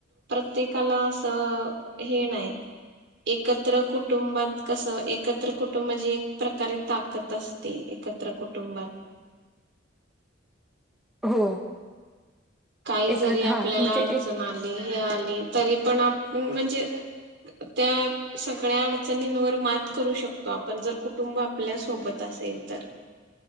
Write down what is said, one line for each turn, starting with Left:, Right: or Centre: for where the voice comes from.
Right: प्रत्येकाला असं हे नाही एकत्र कुटुंबात कसं एकत्र कुटुंबाचीे एक प्रकारे ताकद असते एकत्र कुटुंबात
Centre: हो
Right: काही
Centre: एक
Right: जरी आपल्याला
Centre: हा म्हणजे
Right: अडचण
Centre: एक
Right: आली हे आली तरी पण आपण म्हणजे त्या सगळ्या अडचणींवर मात करू शकतो आपण जर कुटुंब आपल्या सोबत असेल तर